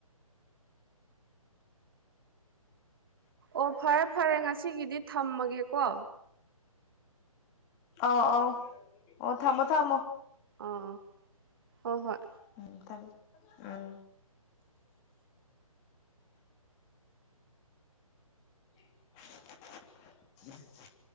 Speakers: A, on the right (about 40°); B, on the left (about 20°).
A: ꯑꯣ ꯐꯔꯦ ꯐꯔꯦ ꯉꯁꯤꯒꯤꯗꯤ ꯊꯝꯃꯒꯦꯀꯣ
B: ꯑꯥꯎ ꯑꯥꯎ ꯑꯣ ꯊꯝꯃꯣ ꯊꯝꯃꯣ
A: ꯑꯥ ꯍꯣꯏ ꯍꯣꯏ
B: ꯎꯝ ꯊꯝꯃꯦ ꯎꯝ <unintelligible>